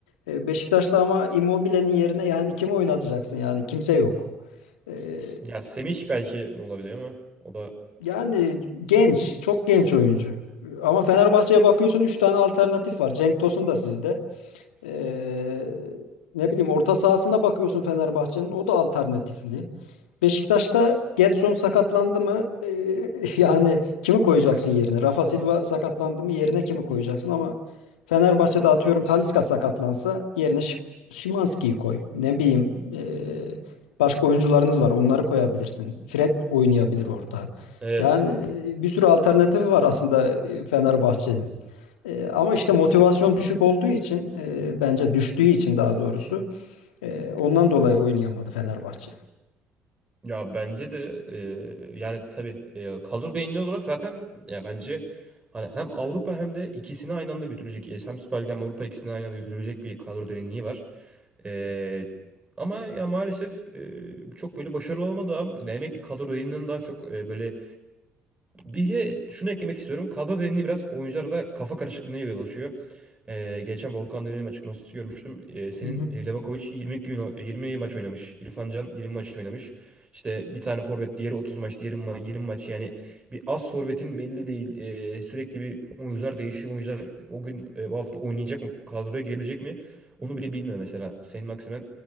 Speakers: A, on the left; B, on the right.
A: E, Beşiktaş'ta ama Immobile'nin yerine yani kimi oynatacaksın? Yani kimse yok. Ee,
B: Ya Semih belki olabilir ama o da
A: yani genç, çok genç oyuncu. Ama Fenerbahçe'ye bakıyorsun 3 tane alternatif var. Cenk Tosun da sizde. Ee, ne bileyim orta sahasına bakıyorsun Fenerbahçe'nin o da alternatifli. Beşiktaş'ta Gedson sakatlandı mı? Ee, <laughs> yani kimi koyacaksın yerine? Rafa Silva sakatlandı mı? Yerine kimi koyacaksın? Ama Fenerbahçe'de atıyorum Talisca sakatlansa yerine Ş- Szymański'yi koy. Ne bileyim ee, başka oyuncularınız var onları koyabilirsin. Fred oynayabilir orada.
B: evet
A: Yani ee, bir sürü alternatifi var aslında ee, Fenerbahçe'nin. E, ama işte motivasyon düşük olduğu için e, bence düştüğü için daha doğrusu e, ondan dolayı oynayamadı Fenerbahçe.
B: ya bence de e, yani tabii e, kadro derinliği olarak zaten ya bence hani hem Avrupa hem de ikisini aynı anda götürecek e, hem Süper Lig hem Avrupa ikisini aynı anda götürebilecek bir kadro derinliği var. E, ama ya maalesef e, çok böyle başarılı olamadı ama demek ki kadro derinliğinden daha çok e, böyle Bir şunu eklemek istiyorum. Kadro derinliği biraz oyunculara da kafa karışıklığına yol açıyor. Ee, geçen Volkan Demirel'in açıklaması görmüştüm. Ee, senin
A: Hı hı.
B: e, Levakovic 20 gün o- 20 maç oynamış. İrfan Can 20 maç oynamış. İşte bir tane forvet, diğeri 30 maç, diğeri ma- 20 maç. Yani bir az forvetin belli değil. Ee, sürekli bir oyuncular değişiyor. Oyuncular o gün e, o hafta oynayacak mı? Kadroya girebilecek mi? Onu bile bilmiyor mesela. Saint Maximin